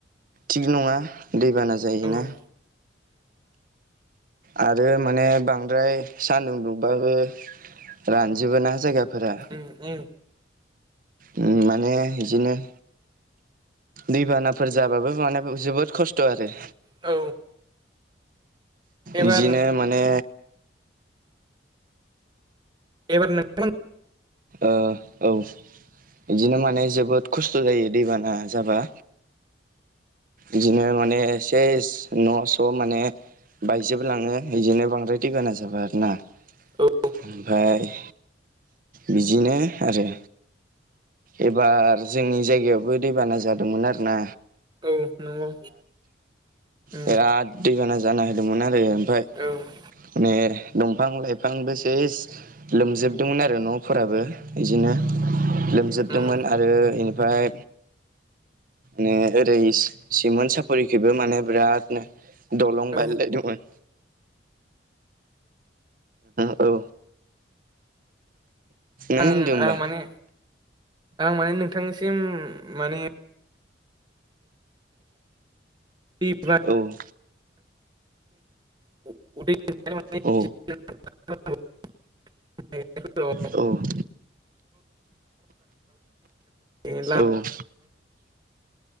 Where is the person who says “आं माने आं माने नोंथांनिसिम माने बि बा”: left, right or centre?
Right